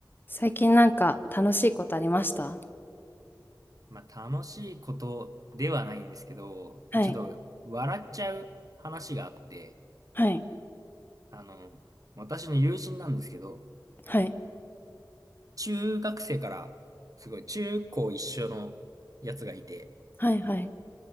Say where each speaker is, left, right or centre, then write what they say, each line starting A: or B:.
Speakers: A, on the left; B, on the right.
A: 最近なんか楽しいことありました
B: まあ、楽しいことではないんですけど、
A: はい、
B: ちょっと笑っちゃう話があって、
A: はい、
B: あの、私の友人なんですけど、
A: はい、
B: 中学生から、すごい中高一緒のやつがいて、
A: はい、はい、